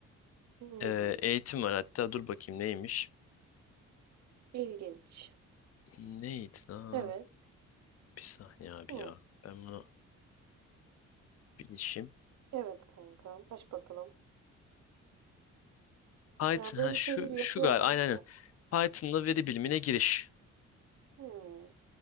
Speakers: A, on the right (about 65°); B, on the left (about 55°).
A: Hmm.
B: e, eğitim var. Hatta dur bakayım neymiş?
A: ilginç
B: Neydi lan?
A: evet
B: Bir saniye abi
A: Hı.
B: ya. Ben bunu bilişim.
A: evet kanka aç bakalım
B: Python
A: Ya böyle
B: ha şu
A: şeyleri yapıyor
B: şu galiba
A: olman
B: aynen
A: güzel.
B: aynen. Python'la veri bilimine giriş
A: Hmm.